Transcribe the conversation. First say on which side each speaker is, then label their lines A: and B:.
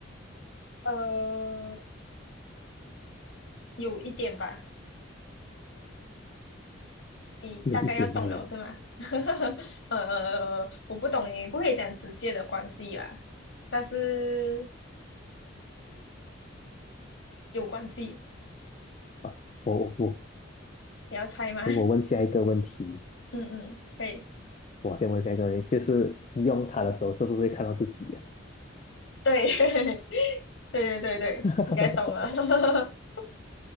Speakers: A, on the left; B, on the left.
A: 呃，有一点吧，你大概要动了是吗？
B: 有一点慢了。
A: <laughs> 呃，呃呃我不懂，你不可以讲直接的关系啦，但是有关系，
B: 啊，我我我，
A: 你要猜吗？
B: 诶，我问下一个问题，
A: <laughs> 嗯嗯，可以，
B: 我先问下一个问题，就是用它的时候是不是会看到自己啊
A: 对，<laughs> 对对对对，
B: <laughs>
A: 应该懂了，<laughs>